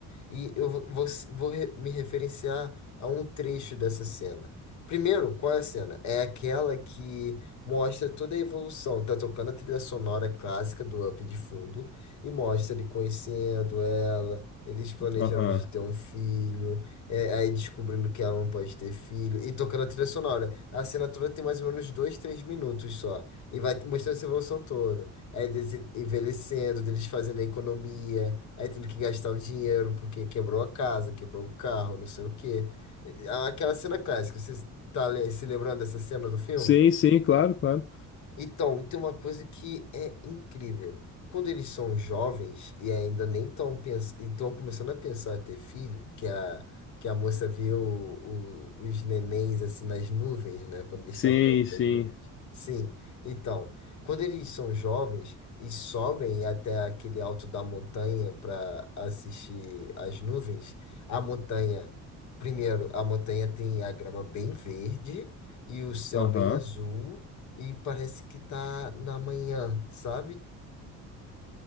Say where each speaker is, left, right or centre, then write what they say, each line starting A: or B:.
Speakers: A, on the left (about 55°); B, on the left (about 40°).
A: E eu vou, vou vou re- me referenciar a um trecho dessa cena. Primeiro, qual é a cena? É aquela que mostra toda a evolução. Tá tocando a trilha sonora clássica do Up de fundo e mostra ele conhecendo ela, eles planejando
B: aham.
A: de ter um filho, é, aí descobrindo que ela não pode ter filho e tocando a trilha sonora. A cena toda tem mais ou menos dois, três minutos só. E vai mostrando essa evolução toda. Aí eles envelhecendo, deles fazendo a economia, aí tendo que gastar o dinheiro porque quebrou a casa, quebrou o carro, não sei o quê. É, Aquela cena clássica, você tá le- se lembrando dessa cena do filme?
B: Sim, sim, claro, claro.
A: Então, tem uma coisa que é incrível. Quando eles são jovens e ainda nem estão estão começando a pensar em ter filho, que a, que a moça viu o- o- os nenéns assim nas nuvens, né? Quando eles
B: Sim,
A: estavam olhando para
B: sim.
A: as nuvens. Sim, então, quando eles são jovens e sobem até aquele alto da montanha para assistir as nuvens, a montanha, primeiro, a montanha tem a grama bem verde e o céu
B: Aham.
A: bem azul e parece que tá na manhã, sabe?